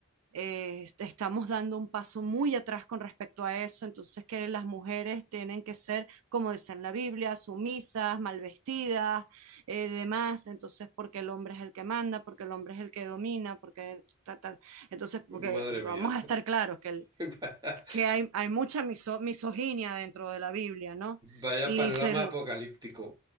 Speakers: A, on the right (about 80°); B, on the right (about 20°).
A: eh, est- estamos dando un paso muy atrás con respecto a eso, entonces que las mujeres tienen que ser, como dice en la Biblia, sumisas, mal vestidas, eh, demás, entonces porque el hombre es el que manda, porque el hombre es el que domina, porque ta, ta. Entonces, porque
B: Madre
A: vamos
B: mía.
A: a estar claros que, el-
B: <laughs> Vaya,
A: que hay, hay mucha miso- misoginia dentro de la Biblia, ¿no?
B: vaya
A: Y
B: panorama
A: se,
B: apocalíptico.